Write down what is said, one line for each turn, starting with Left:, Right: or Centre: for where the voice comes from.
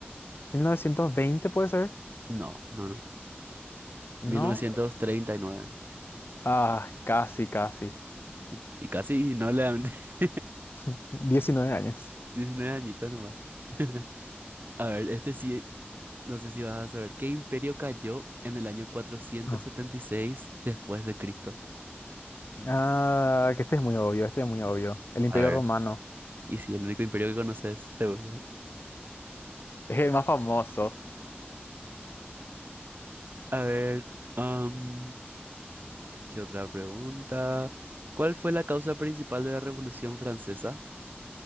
Left: mil novecientos veinte, puede ser.
Right: No, no, no.
Left: ¿No?
Right: mil novecientos treinta Y, nueve.
Left: Ay, casi, casi.
Right: y y casi no le dan <laughs>
Left: <laughs> diecinueve años.
Right: 19 añitos nomás. <laughs> A ver, este sí, no sé si vas a saber. ¿Qué imperio cayó en el año cuatrocientos
Left: Ah,
Right: setenta y seis después de Cristo?
Left: Ah, que este es muy obvio, este es muy obvio. El Imperio
Right: A ver.
Left: Romano.
Right: Y sí, el único imperio que conoces, seguro.
Left: Es el más famoso.
Right: A ver, am, ¿qué otra pregunta? ¿Cuál fue la causa principal de la Revolución Francesa?